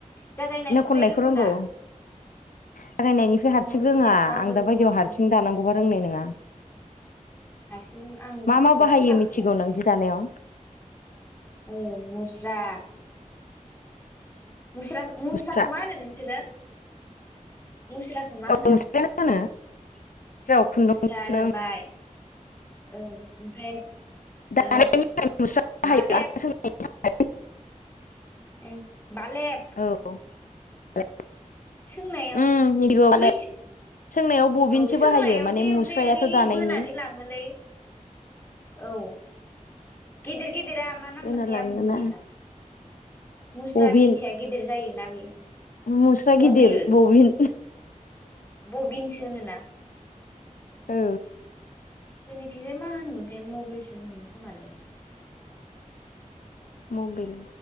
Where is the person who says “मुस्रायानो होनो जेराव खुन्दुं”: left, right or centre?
Left